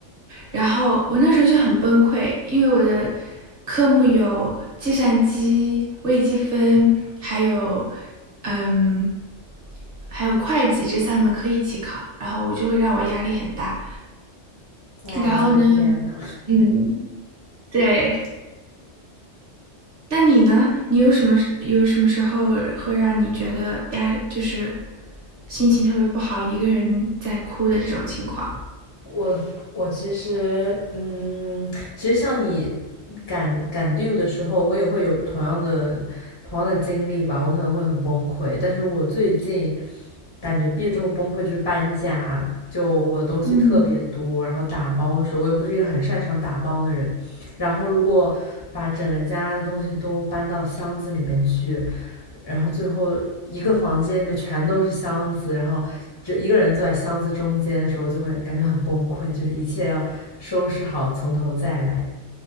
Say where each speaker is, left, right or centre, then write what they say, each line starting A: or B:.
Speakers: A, on the right; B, on the left.
A: 然后我那时候就很崩溃，因为我的科目有计算机、微积分，还有嗯，还有会计这三门课一起考，然后我就会让我压力很大。
B: 哇，
A: 然后呢，
B: 我的天呐！
A: 嗯，对。那你呢？你有什么时有什么时候会让你觉得压力就是心情特别不好，一个人在哭的这种情况？
B: <laughs> 我我其实嗯，其实像你赶赶 due 的时候，我也会有同样的同样的经历吧，我可能会很崩溃。但是我最近感觉毕业之后崩溃就是搬家，就我的东西特别多，
A: 嗯
B: 然后打包的时候我又不是一个很擅长打包的人，然后如果把整个家的东西都搬到箱子里面去，然后最后一个房间里面全都是箱子，然后就一个人坐在箱子中间的时候就会感觉很崩溃，就是一切要收拾好，从头再来。